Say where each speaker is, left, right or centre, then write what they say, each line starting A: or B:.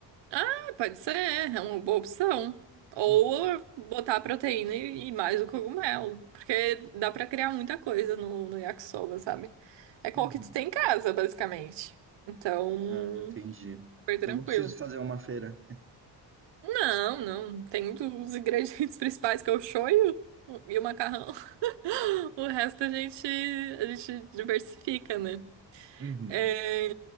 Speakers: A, on the right; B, on the right.
A: Ah, pode ser, é uma boa opção. Ou
B: Uhum.
A: botar a proteína e, e mais o cogumelo. Porque dá pra criar muita coisa no, no yakisoba, sabe? É qual
B: Uhum.
A: que tu tem em casa, basicamente. Então.
B: Ah, entendi.
A: Foi tranquilo.
B: Então não preciso fazer uma feira.
A: Não, não. Tem os ingredientes <laughs> principais que é o shoyu e o macarrão. <laughs> O resto a gente, a gente diversifica, né?
B: Uhum.
A: É,